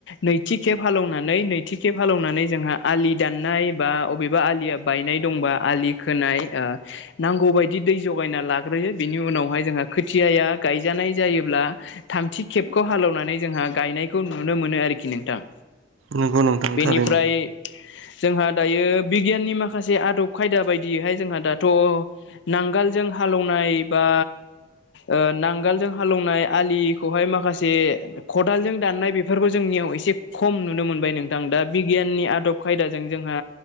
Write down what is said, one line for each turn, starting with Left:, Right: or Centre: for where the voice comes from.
Left: नैथि खेब हालेवनानै नैथि खेब हालेवनानै जोंहा आलि दाननाय बा अबेबा आलिया बायनाय दंबा आलि खोनाय नांगौबायायदि दै जगायना लाग्रोयो बिनि उनावहाय जोंहा खोथियाया गायजानाय जायोब्ला थामथि खेबखौ हालेवनानै जोंहा गायनायखौ नुनो मोनो आरोखि नोंथां।
Right: नंगौ नोंथां
Left: बेनिफ्राय
Right: थारैनो
Left: जोंहा दायो बिगियाननि माखासे आदब खायदा बायदियैहाय जोंहा दाथ' नांगोल जों हालेवनाय बा ओ नांगालजों हालौवनाय आलिखौहाय माखासे खदालजों दाननाय बेफोरखौ जोंनियाव एसे खम नुनो मोनबाय नोंथां दा बिगियाननि आदब खायदाजों जोंहा